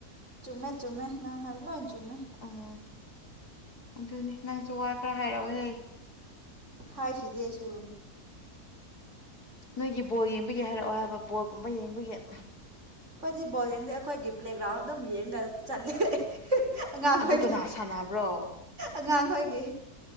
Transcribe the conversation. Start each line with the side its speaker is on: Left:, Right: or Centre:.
Right: ꯆꯨꯝꯃꯦ ꯆꯨꯝꯃꯦ ꯅꯪ ꯍꯥꯏꯕ ꯂꯣꯏꯟ ꯆꯨꯝꯃꯦ
Left: ꯎꯝ ꯑꯗꯨꯅꯤ ꯅꯪꯁꯨ ꯋꯥ ꯈꯔ ꯍꯥꯏꯔꯛꯑꯣꯍꯦ
Right: ꯍꯥꯏꯁꯤꯗꯤ ꯑꯩꯁꯨ
Left: ꯅꯣꯏꯒꯤ ꯕꯣꯜ ꯌꯦꯡꯕꯒꯤ ꯍꯥꯏꯔꯛꯑꯣ ꯍꯥꯏꯕ ꯕꯣꯜꯒꯨꯝꯕ ꯌꯦꯡꯕꯒꯤ
Right: ꯑꯩꯈꯣꯏꯗꯤ ꯕꯣꯜ ꯌꯦꯡꯗꯦ ꯑꯩꯈꯣꯏꯒꯤ ꯄ꯭ꯂꯦꯒ꯭ꯔꯥꯎꯟ ꯑꯗꯨꯝ ꯌꯦꯡꯒ ꯆꯠꯂꯦ ꯑꯉꯥꯡꯈꯣꯏꯒꯤ
Left: ꯑꯗꯨ ꯀꯅꯥ ꯁꯥꯟꯅꯕ꯭ꯔꯣ
Right: ꯑꯉꯥꯡꯈꯣꯏꯒꯤ